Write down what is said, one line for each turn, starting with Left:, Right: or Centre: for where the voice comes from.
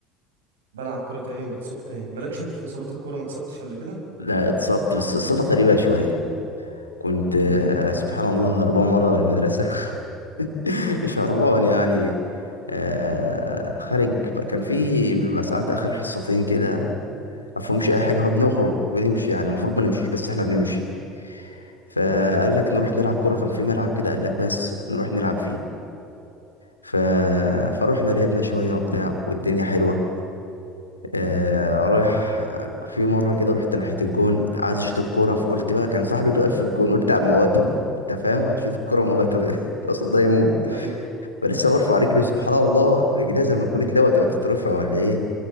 Right: بلعب كرة تاني وبتصاب تاني مالكش انت في اصابات الكورة ما اتصبتش قبل كده
Left: لا اتصبت بس اصابة غريبة شوية كنت آه،
Right: امم
Left: سبحان الله هربان مرة من المدرسة <laughs> <laughs> شربان يعني آه خارج بقى- كان في بيبقى ساعات اخر حصتين كده مفهومش اي حاجه هو بنخرج ونمشي يعني المفروض ما نمشيش بس احنا بنمشي فقال
Right: ايوه
Left: لك نروح نلعب كوره كان في ملعب كده قال لك بس نروح نلعب فيه ف... فروحنا لعبنا شويه وبتاع والدنيا حلوه آه رايح في مره كده رحت ناحيه الجون عايز اشوط الكوره فقلت بقى كان صاحبي اللي واقف في الجون قلت على مواته انت فاهم هشوط الكوره مواته <laughs> ده قصاد ده يموت
Right: ايوه
Left: فلسه برفع رجلي سبحان الله رجليها زي ما تكون اتلوت وهي بتترفع ولا ايه